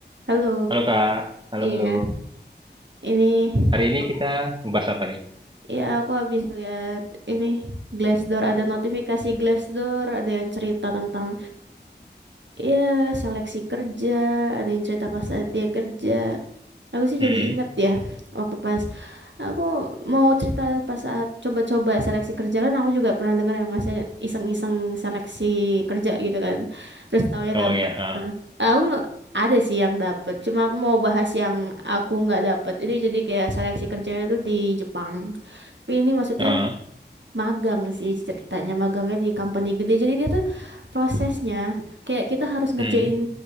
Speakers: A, on the right; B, on the right.
A: Halo,
B: Halo Kak, halo
A: iya,
B: halo.
A: ini
B: Hari ini
A: aku,
B: kita membahas apa nih?
A: ya aku habis lihat ini Glassdoor ada notifikasi Glassdoor, ada yang cerita tentang ya seleksi kerja, ada yang cerita pas saat dia kerja. Aku sih
B: Mm-mm.
A: jadi inget ya waktu pas aku mau cerita pas saat coba-coba seleksi kerja kan aku juga pernah dengar ya masnya iseng-iseng seleksi kerja gitu kan. Terus taunya
B: Oh
A: dapat.
B: ya, ha.
A: Nah, aku nggak- ada sih yang dapat. Cuma aku mau bahas yang aku nggak dapat. Ini jadi kayak seleksi kerjanya tuh di Jepang. Tapi ini maksudnya
B: Ha.
A: magang sih ceritanya. Magangnya di company gede. Jadi dia tuh prosesnya kayak kita harus ngerjain
B: Mm.